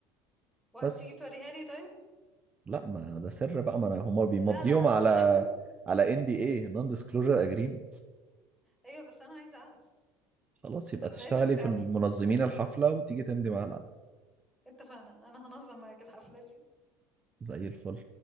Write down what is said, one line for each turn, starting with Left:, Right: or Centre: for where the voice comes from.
Centre: وهتيجي
Right: بس
Centre: توريها لي طيب
Right: لا ما ده سر بقى ما أنا هم بيمضيهم
Centre: لا لا
Right: على
Centre: لا لا <laughs>
Right: على ان دي اي نون ديسكلوجر اجريمنت
Centre: ايوه بس انا عايزه اعرف
Right: خلاص يبقى
Centre: طب
Right: تشتغلي
Centre: لازم تعرف
Right: في منظمين
Centre: تقولي
Right: الحفلة وتيجي تمضي مع العقد
Centre: اتفقنا انا هنظم معاك الحفله دي
Right: زي الفل